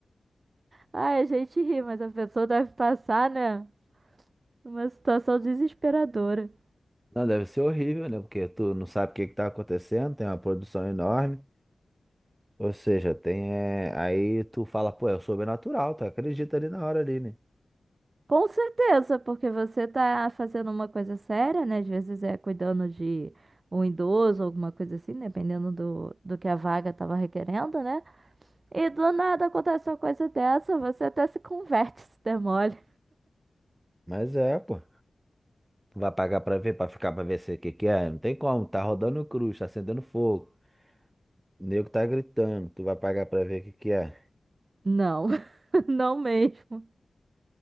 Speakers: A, on the right; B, on the right.
A: Ai, a gente ri, mas a pessoa deve passar, né? Uma situação desesperadora.
B: Não, deve ser horrível, né? Porque tu não sabe o que que tá acontecendo, tem uma produção enorme. Ou seja, tem. é, Aí tu fala, pô, é o sobrenatural, tu acredita ali na hora ali, né?
A: Com certeza, porque você tá fazendo uma coisa séria, né? Às vezes é cuidando de um idoso, alguma coisa assim, dependendo do, do que a vaga tava requerendo, né? E do nada acontece uma coisa dessa, você até se converte, se der mole.
B: Mas é, pô. Tu vai pagar pra ver, pra ficar pra ver se o que que é. Não tem como, tá rodando cruz, tá acendendo fogo. O nego tá gritando, tu vai pagar pra ver o que que é.
A: Não, <laughs> não mesmo.